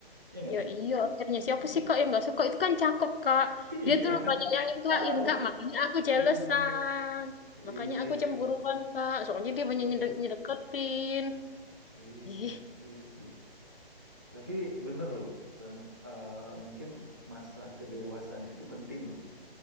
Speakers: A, on the right; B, on the left.
A: Iya nggak
B: ya iya akhirnya siapa
A: Hmm.
B: sih Kak yang nggak suka? Itu kan cakep Kak.
A: iya
B: Dia tuh lu banyak yang
A: <laughs>
B: nikahin
A: tahu
B: Kak, makanya aku
A: iya
B: jealousan. Makanya
A: iya
B: aku cemburuan
A: sih
B: Kak, soalnya dia banyak
A: iya
B: nyede-
A: sih
B: nyedeketin.
A: iya
B: Ih.
A: sih iya sih tapi bener loh Reno Eh, mungkin masa kedewasaan itu penting loh